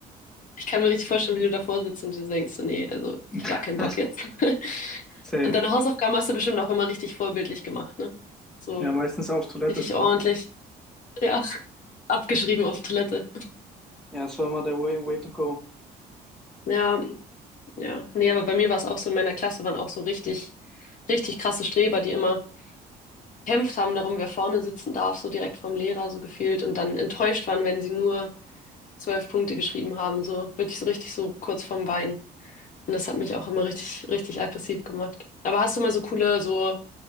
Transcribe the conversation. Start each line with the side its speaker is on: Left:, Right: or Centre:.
Left: Ich kann mir richtig vorstellen, wie du davor sitzt und dir denkst, so, nee, also ich
Centre: <laughs>
Left: gar keinen Bock jetzt. <laughs>
Centre: Safe.
Left: Und deine Hausaufgaben hast du bestimmt auch immer richtig vorbildlich gemacht, ne? So
Centre: Ja, meistens auf Toilette
Left: richtig
Centre: ist
Left: ordentlich,
Centre: noch. <laughs>
Left: ja, <laughs> abgeschrieben auf Toilette.
Centre: Ja, das war immer der way, way to go.
Left: Ja, ja. Nee, aber bei mir war es auch so, in meiner Klasse waren auch so richtig, richtig krasse Streber, die immer gekämpft haben darum, wer vorne sitzen darf, so direkt vom Lehrer so gefühlt und dann enttäuscht waren, wenn sie nur zwölf Punkte geschrieben haben, so wirklich so richtig so kurz vorm Weinen. Und das hat mich auch immer richtig, richtig aggressiv gemacht. Aber hast du mal so coole, so